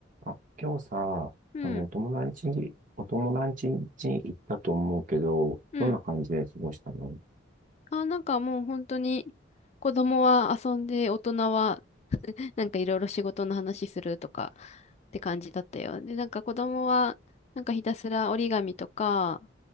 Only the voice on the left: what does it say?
うん。
うん。
あ、なんかもう本当に、子供は遊んで、大人は、なんかいろいろ仕事の話するとか、って感じだったよ。で、なんか子供は、なんかひたすら折り紙とか、